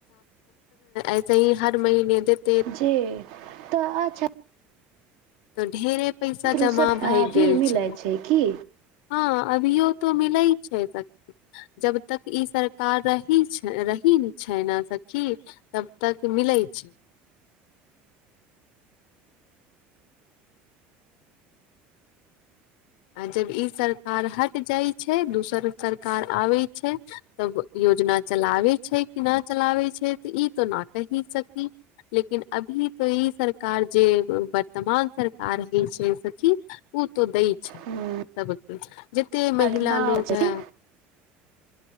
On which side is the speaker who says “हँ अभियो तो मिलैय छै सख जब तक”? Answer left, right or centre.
Left